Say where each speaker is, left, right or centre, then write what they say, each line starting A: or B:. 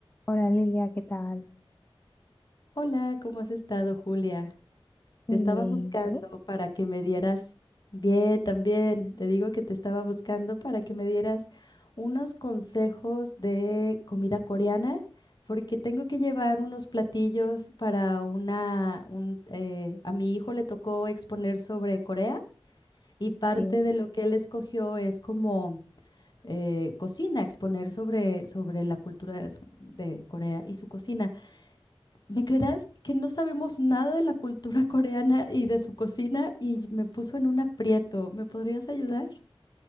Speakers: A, on the left; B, on the left.
A: Hola Lilia, ¿qué tal?
B: Hola, ¿cómo has estado, Julia? Te
A: Muy
B: estaba
A: bien,
B: buscando
A: ¿y tú?
B: para que me dieras, bien, también, te digo que te estaba buscando para que me dieras unos consejos de comida coreana, porque tengo que llevar unos platillos para una, un, eh, a mi hijo le tocó exponer sobre Corea y parte
A: Sí.
B: de lo que él escogió es como eh, cocina, exponer sobre, sobre la cultura de de Corea y su cocina. ¿Me creerás que no sabemos nada de la cultura coreana y de su cocina y me puso en un aprieto? ¿Me podrías ayudar?